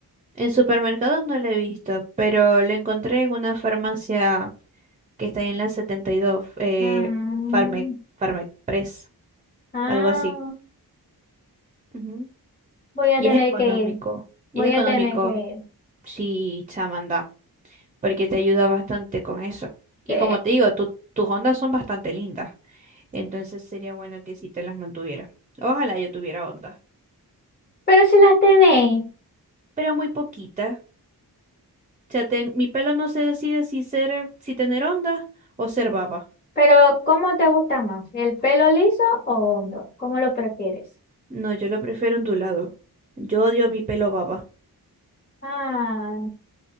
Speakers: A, on the right (about 20°); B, on the left (about 25°).
A: En supermercados no lo he visto, pero lo encontré en una farmacia que está ahí en la 72, eh,
B: Ah,
A: Farmec, Farmec Press,
B: ah,
A: algo así. Ujú.
B: voy a
A: Y
B: tener
A: es económico.
B: que ir, voy
A: Y es económico,
B: a tener que ir.
A: sí, chamanda, porque te ayuda bastante con eso. Y
B: Sí.
A: como te digo, tu- tus ondas son bastante lindas, entonces sería bueno que si te las mantuviera. Ojalá yo tuviera ondas,
B: Pero si las tenéis.
A: pero muy poquitas. sea, ten- mi pelo no se decide si ser, si tener onda o ser baba.
B: Pero, ¿cómo te gusta más? ¿El pelo liso o hondo? ¿Cómo lo prefieres?
A: No, yo lo prefiero ondulado. Yo odio mi pelo baba.
B: Ah,